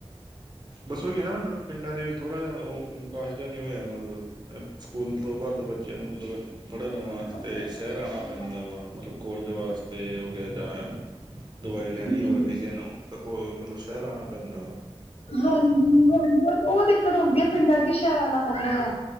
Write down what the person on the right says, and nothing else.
ਬਸ ਓਈ ਐ ਨਾ ਪਿੰਡਾਂ ਦੇ ਥੋੜ੍ਹਾ ਜਿਆ ਓ ਵਿਕਾਸ ਜਿਆ ਨੀ ਹੋਇਆ ਮਤਲਬ। ਐ ਸਕੂਲ ਤੋਂ ਬਾਦ ਬੱਚਿਆਂ ਨੂੰ ਮਤਲਬ ਪੜ੍ਹਨ
ਵਾਸਤੇ
ਸ਼ੈਰ
ਆਣਾ ਪੈਂਦਾ ਵਾ, ਮਤਲਬ ਕੋਲਜ ਵਾਸਤੇ ਹੋ ਗਿਆ ਜਾਂ ਦਵਾਈ ਲੈਣੀ
ਹੋਵੇ ਕਿਸੇ ਨੂੰ ਤਾਂ ਕੋ ਮਤਲਬ ਸ਼ੈਰ ਆਣਾ ਪੈਂਦਾ ਵਾ।